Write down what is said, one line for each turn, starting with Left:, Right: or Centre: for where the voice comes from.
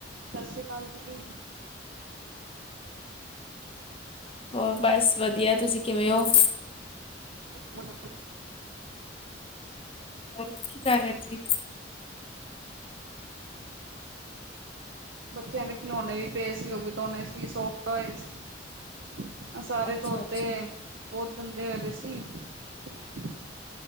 Right: ਸਤਿ ਸ੍ਰੀ ਅਕਾਲ ਜੀ
Left: ਹੋਰ ਬਸ ਵਧੀਆ ਤੁਸੀਂ ਕਿਵੇਂ ਹੋ
Right: ਮੁ <inaudible>
Left: ਹੋਰ ਕੀ ਕਰ ਰਹੇ ਸੀ
Right: ਬੱਚਿਆਂ ਦੇ ਖਿਲੌਣੇ ਵੀ ਪਏ ਸੀ ਉਹ ਵੀ ਧੋਣੇ ਸੀ ਸੋਫਟ ਟਇਜ਼ ਅ ਸਾਰੇ
Left: ਅੱਛਾ
Right: ਧੋਤੇ
Left: ਅੱਛਾ,
Right: ਬਹੁਤ ਗੰਦੇ ਹੋਏ ਪਏ ਸੀ ਤੀ